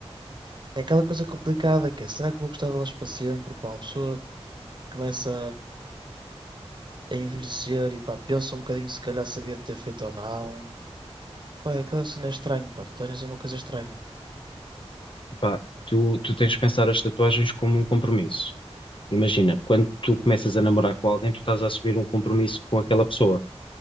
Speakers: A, on the right; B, on the left.
A: é aquela coisa complicada que é, será que vou gostar delas para sempre? Pá, uma pessoa começa a envelhecer e pá, pensa um bocadinho se calhar sabia ter feito ou não. Pá, é aquela cena é estranha, pá, tatuagens é uma coisa estranha.
B: Epá, tu, tu tens de pensar as tatuagens como um compromisso. Imagina, quando tu começas a namorar com alguém, tu estás a assumir um compromisso com aquela pessoa,